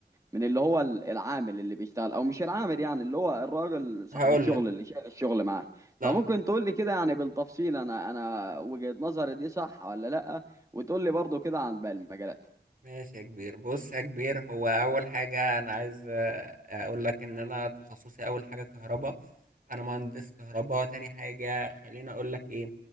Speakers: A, on the right; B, on the right.
A: من اللي هو ال- العامل اللي بيشتغل او مش العامل يعني اللي هو الراجل صاحب
B: هقول
A: الشغل
B: لك
A: اللي شايل الشغل معاه
B: لا
A: فممكن تقول لي كده يعني بالتفصيل انا انا وجهة نظري دي صح ولا لا وتقول لي برضو كده عن باقي المجالات
B: ماشي يا كبير بص يا كبير هو اول حاجه انا عايز آه، اقول لك ان انا تخصصي اول حاجه كهرباء انا مهندس كهرباء تاني حاجه خليني اقول لك ايه